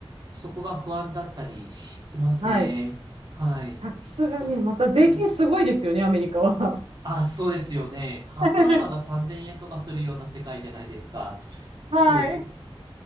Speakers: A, on the right (about 45°); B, on the right (about 85°).
A: そこが不安だったりしますね。
B: はい。
A: はい。
B: タックスがね、
A: だから、
B: また税金すごいですよね、
A: うん。
B: アメリカは。
A: あ、そうですよね。ハンバーガーが3000円とかするような世界じゃないですか。
B: <laughs> はい。
A: そうですよ。